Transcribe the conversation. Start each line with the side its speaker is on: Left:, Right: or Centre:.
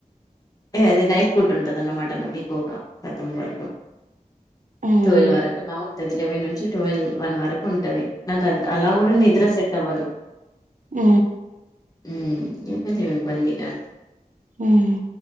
Left: అది నైట్ పూట ఉంటది అన్నమాట నాకు ఎక్కువగా శాతం వర్క్
Right: ఉమ్
Left: ట్వెల్వ్ వరకు అలా ఉంటది లెవెన్ నుంచి ట్వెల్వ్ వన్ వరకు ఉంటది. నాకు అద్ అలా కూడా నిద్ర సెట్ అవ్వదు.
Right: ఆ
Left: హ్ ఇంకొంచెం ఇబ్బంది నాకు.
Right: హ్